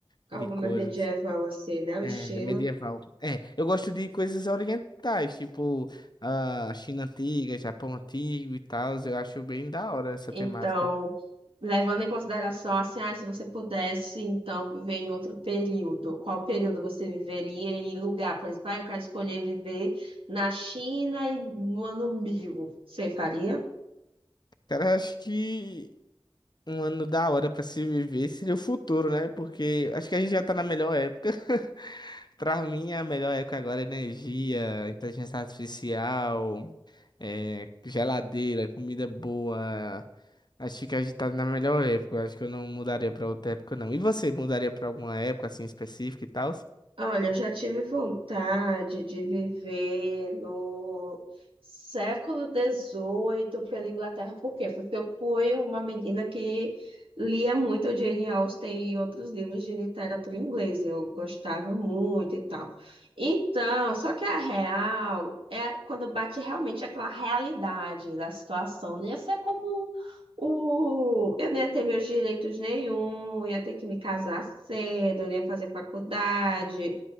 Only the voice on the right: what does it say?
Alguma
medieval assim, né? O
estilo.
Então,
levando em consideração assim, ah, se você pudesse, então, viver em outro período, qual período você viveria e lugar? Por exemplo, ah, eu quero escolher viver na China e no ano mil. Você faria?
Olha, eu já tive vontade de viver no século dezoito pela Inglaterra. Por quê? Porque eu fui uma menina que lia muito Jane Austen e outros livros de literatura inglesa. Eu gostava muito e tal. Então, só que a real é quando bate realmente aquela realidade da situação. Não ia ser como o... Eu não ia ter meus direitos nenhum, eu ia ter que me casar cedo, eu ia fazer faculdade.